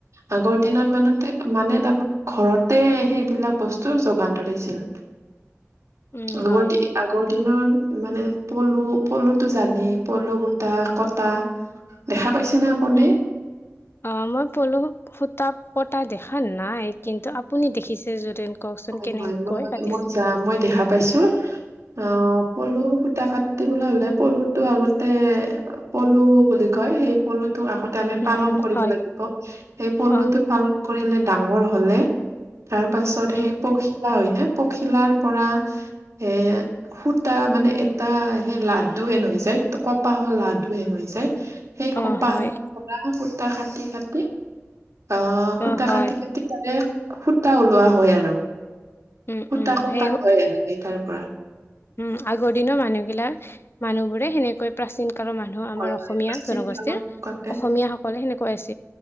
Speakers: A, on the right; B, on the left.
A: আগৰ দিনত মানতে মানে তা ঘৰতে সেইবিলাক বস্তু যোগান ধৰিছিল।
B: উম
A: লগৰ
B: হয়
A: আগৰ দি নত মানে পলু পলুটো জানেই পলু সূটা কটা। দেখা পাইছা নে আপুনি।
B: উম অ' মই পলু সূতা পতা দেখা নাই। কিন্তু আপুনি দেখিছে যদি কওকচোন
A: হয়
B: কেনেকৈ
A: হয় মই,
B: কাটিছে?
A: মই যাম মই দেখা পাইছোঁ। অ পলু সূতা কাটিবলৈ হ'লে পলুটো আগতে পলু বুলি কয়, সেই পলু আগতে আমি
B: উম,
A: পালন
B: উম,
A: কৰিব
B: হয়।
A: লাগিব। সেই পলুটো
B: অ',
A: পালন কৰিলে ডাঙৰ হ'লে তাৰ পাছত
B: উম,
A: সেই পখিলা হয় নে পখিলাৰ পৰা এ সূতা মানে এটা সে লা লাডু হেনো ইজাইত টো কপা হ'ল লাডু হেনো এজাইত সেই
B: অ',
A: কপাহ
B: হয়,
A: পৰা সূতা কাটি কাটি অহ সূতা
B: অ', হয়,
A: কাটি কাটি তাৰে সূতা ওলোৱা হয় আৰু।
B: উম,
A: সূতা
B: উম,
A: কটা
B: সেই
A: হয় আৰু সেই তাৰ পৰা
B: উম, আগৰ দিনৰ মানুহবিলাক মানুহ বোৰে সেনেকৈ প্ৰাচীন কালৰ মানুহ আমাৰ
A: হয় হয়
B: অসমীয়াত
A: প্ৰাচীন
B: জনগোষ্ঠীৰ
A: কালত সেনেকুৱাকে
B: অসমীয়াসকলে সেনেকৈ আছি